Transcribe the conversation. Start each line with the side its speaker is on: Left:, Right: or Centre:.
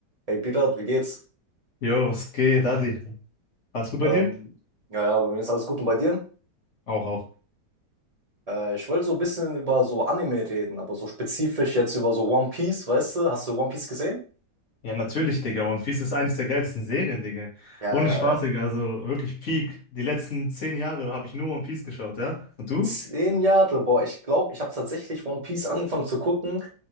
Right: Hey Pirat, wie geht's?
Left: Jo, was geht, Adi? Alles gut bei
Right: Ähm,
Left: dir?
Right: ja, ja, bei mir ist alles gut und bei dir?
Left: Auch, auch.
Right: Äh, ich wollte so ein bisschen über so Anime reden, aber so spezifisch jetzt über so One Piece, weißt du? Hast du One Piece gesehen?
Left: Ja, natürlich, Digga. One Piece ist eines der geilsten Serien, Digga.
Right: Ja,
Left: Ohne
Right: ja,
Left: Spaß,
Right: ja.
Left: Digga. Also wirklich Peak. Die letzten zehn Jahre habe ich nur One Piece geschaut, ja? Und du?
Right: zehn Jahre, boah, ich glaube, ich habe tatsächlich One Piece angefangen zu gucken.